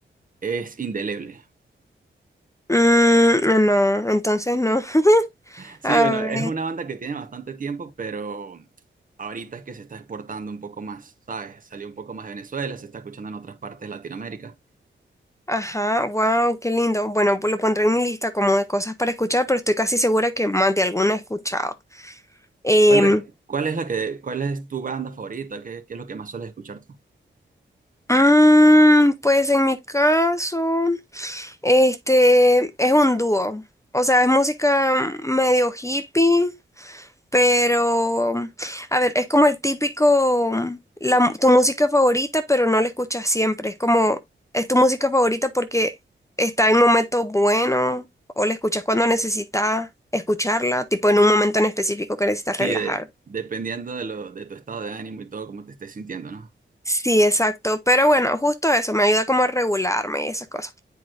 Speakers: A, on the right (about 45°); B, on the left (about 15°).
A: es Indeleble.
B: Mm, no, entonces no. <laughs>
A: Sí,
B: A
A: bueno,
B: ver,
A: es una banda que tiene bastante tiempo, pero ahorita es que se está exportando un poco más, ¿sabes? Salió un poco más de Venezuela, se está escuchando en otras partes de Latinoamérica.
B: ajá, wow, qué lindo. Bueno, pues lo pondré en mi lista como de cosas para escuchar, pero estoy casi segura que más de alguna he escuchado. Em,
A: ¿Cuál es, cuál es la que, cuál es tu banda favorita? ¿Qué, qué es lo que más sueles escuchar tú?
B: mm, pues en mi caso, este es un dúo. O sea, es música medio hippie, Pero, mm, a ver, es como el típico, la tu música favorita, pero no la escuchas siempre. Es como, es tu música favorita porque está en momentos buenos o la escuchas cuando necesitas escucharla, tipo en un momento en específico que necesitas
A: Sí,
B: relajar.
A: de- dependiendo de, lo, de tu estado de ánimo y todo, cómo te estés sintiendo, ¿no?
B: Sí, exacto. Pero bueno, justo eso, me ayuda como a regularme y esas cosas.